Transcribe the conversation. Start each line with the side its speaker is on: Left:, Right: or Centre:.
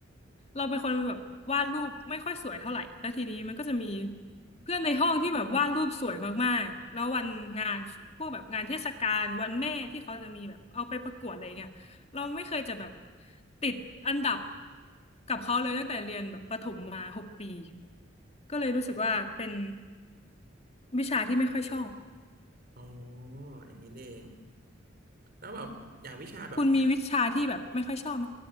Left: เราเป็นคนแบบวาดรูปไม่ค่อยสวยเท่าไหร่แล้วทีนี้มันก็จะมีเพื่อนในห้องที่แบบวาดรูปสวยมากๆแล้ววันงานพวกแบบงานเทศกาลวันแม่ที่เขาจะมีแบบเอาไปประกวดอะไรเงี้ยเราไม่เคยจะแบบติดอันดับกับเขาเลยตั้งแต่เรียนแบบประถมมาหกปีก็เลยรู้สึกว่าเป็นวิชาที่ไม่ค่อยชอบ
Right: อ๋ออย่างนี้นี่เองแล้วแบบอย่างวิชาแบบ
Left: คุณมีวิชาที่แบบไม่ค่อยชอบไหม